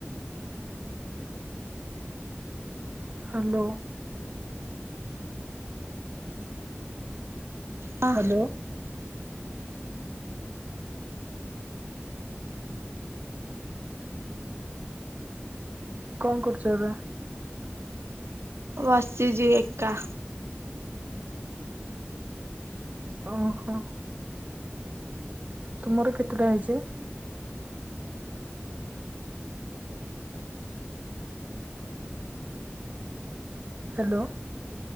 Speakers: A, on the right; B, on the right.
A: ହ୍ୟାଲୋ
B: ହଁ
A: ହ୍ୟାଲୋ କଣ କରୁଛ ଏବେ?
B: ବସିଛି ଏକା
A: ଓହୋ ତୁମର କେତେଟା ହେଇଛି? ହ୍ୟାଲୋ